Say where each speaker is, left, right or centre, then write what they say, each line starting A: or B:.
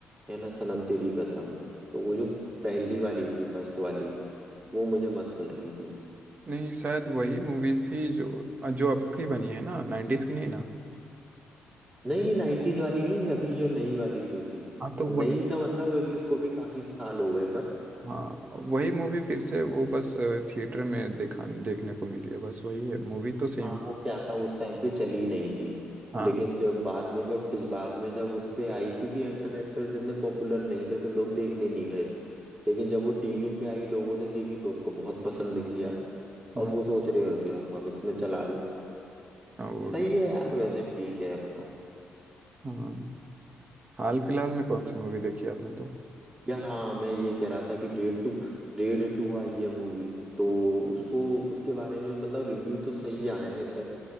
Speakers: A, on the right; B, on the right.
A: है ना सनम तेरी कसम तो वो जो पहली वाली थी फर्स्ट वाली वो मुझे मस्त लगी थी
B: नहीं शायद वही मूवी थी जो जो अब की बनी है ना नाइन्टीज की नहीं ना
A: नहीं नहीं नाइन्टीज वाली नहीं अभी जो नई वाली जो थी
B: हाँ तो
A: अब
B: वही
A: नई का मतलब अभी उसको भी काफी साल हो गए पर
B: हाँ वही मूवी फिर से वो बस थिएटर में दिखाने देखने को मिली है बस वही है मूवी तो सेम
A: हाँ
B: ही
A: वो क्या था उस टाइम पे चली नहीं थी
B: हाँ
A: लेकिन जब बाद में जब बाद में जब उस पे आई क्योंकि एक्टर एक्ट्रेस इतने पॉपुलर नहीं थे तो लोग देखने नहीं गए लेकिन जब वो टीवी पे आई लोगों ने देखी तो उसको बहुत पसंद किया
B: हम्म,
A: अब वो सोच रहे हो कि हम हम इसमें चला लें
B: हाँ वो
A: सही
B: भी
A: है यार वैसे ठीक है अपना
B: हाँ हाल फिलहाल में कौन सी मूवी देखी आपने तो
A: यार हाँ मैं ये कह रहा था कि रेड टू रेड टू आई है मूवी तो उसको उसके बारे में मतलब रिव्यू तो सही आए हैं खैर